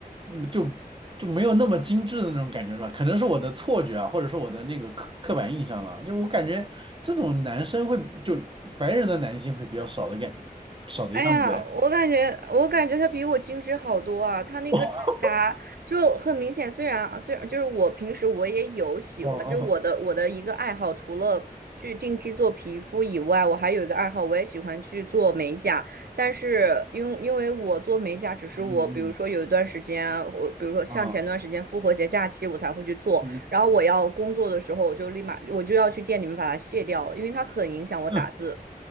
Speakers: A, on the right; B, on the right.
A: 嗯就就没有那么精致的那种感觉是吧？可能是我的错觉啊，或者说我的那个刻刻板印象了。就我感觉这种男生会就白人的男性会比较少的感少的样子哎。
B: 哎呀，我感觉我感觉她比我精致好多啊！她那个指甲就很明显，
A: <laughs> 哦
B: 虽然啊虽然就是我平时我也有喜欢，
A: 哦
B: 就是我的我的一个爱好，除了去定期做皮肤以外，我还有一个爱好，我也喜欢去做美甲。但是因因为我做美甲，只是我比如说有一段时间，
A: 嗯嗯嗯
B: 我比如说像前段时间复活节假期我才会去做，
A: 啊嗯，
B: 然后我要工作的时候，我就立马我就要去店里面把它卸掉了，因为它很影响我打字。
A: <laughs>